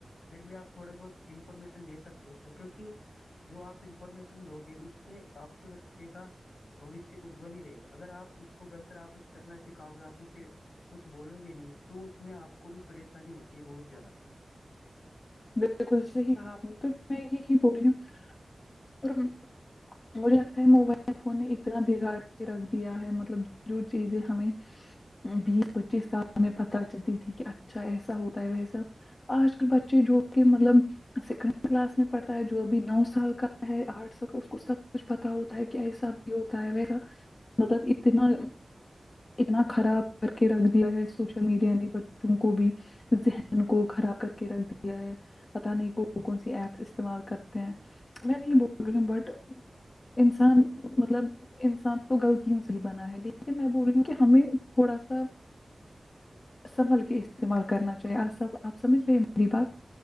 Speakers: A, on the left (about 90°); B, on the left (about 55°).
A: پھر بھی آپ تھوڑے بہت انفارمیشنے سکتے اس کو کیونکہ جو آپ انفارمیشن دو گے اس سے آپ کے بچے کا بوشیہ اجول ہی رہے گا اگر اپ اس کو غلط رح پے سے چلنا سکھاؤ گے آپ اسے کچھ بولو گے نہیں تو اس میں آپ کو بھی پریشانی ہوتی ہے بہت جیادہ
B: بالکل صحی حکہا آپ نے تو میں یہ ہی بول رہی ہوں اور مجھے لگتا ہے موبائل فون نے اتنا بگاڑ کے رکھ دیا ہے مطلب جو چیزیں ہمیں بیس پچیس سال میں پتہ چلتی تھی کہ اچھا ایسا ہوتا ہے ویسا آج کل بچے جو کہ مطلب سیکنڈ کلاس میں پڑھتا ہے جو ابھی نو سال کا ہے آٹھ سا کا اس کو سب کچھ پتا ہوتا ہے کہ ایسا بھی ہوتا ہے ویسا مطلب اتنا اتنا خراب کے رکھ دیا ہے سوشل میڈیا نے بچوں کو بھی ذہن کو خراب کر کے رکھ دیا ہے پتا نہیں کون کون سی ایپس استعمال کرتے ہیں میں نہیں بول رہی ہوں بٹ انسان مطلب انسان تو غلطیوں سے ہی بنا ہے لیکن میں بول رہی ہوں کہ ہمیں تھوڑا سا سنبھل کے استعمال کرنا چاہیے آ سب آپ سمجھ رہے ہیں میری بات